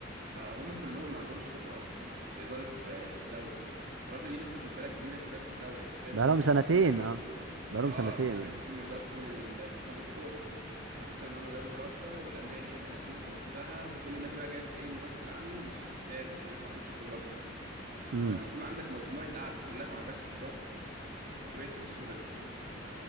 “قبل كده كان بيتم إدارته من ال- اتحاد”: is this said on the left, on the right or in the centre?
Right